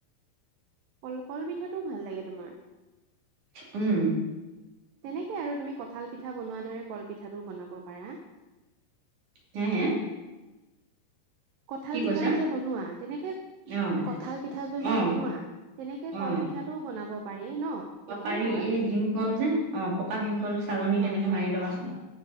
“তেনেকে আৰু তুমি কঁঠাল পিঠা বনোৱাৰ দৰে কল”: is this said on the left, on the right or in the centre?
Right